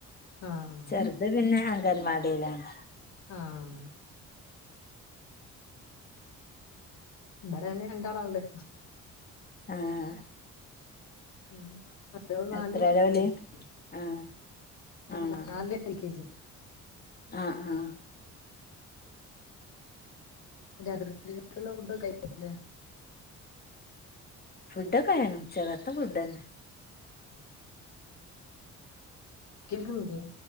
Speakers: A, on the left (about 70°); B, on the left (about 30°).
A: ആഹ്.
B: ചെറുത് പിന്നെ അംഗൻവാടിയിലാണ്.
A: ആഹ് ഇവിടെ ന്നെ രണ്ടാളാള്
B: ആഹ്.
A: <unintelligible>
B: എത്രേലാ ഓല് ആഹ് ആഹ് ആഹ് ആഹ്.
A: രാത്രിക്കക്കുള്ളെ ഫുഡോക്കെ <unintelligible>
B: ഫുഡൊക്കെ ആയിന് ഉച്ചക്കത്തെ ഫുഡ്ന്നെ.
A: കേൾക്കുന്നില്ലേ,